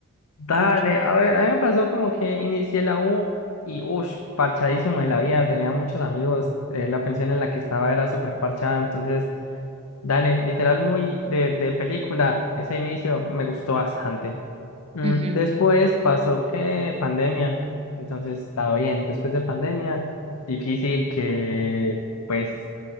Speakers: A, on the left; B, on the right.
A: dale,
B: A ver.
A: a ver, a mí me pasó como que inicié la U y uff, parchadísimo de la vida, tenía muchos amigos, eh, la pensión en la que estaba era súper parchada, entonces, dale, literal muy de, de película, ese inicio me gustó bastante. Mm,
B: Ujú.
A: Después pasó que pandemia, entonces está bien. Después de pandemia, difícil que pues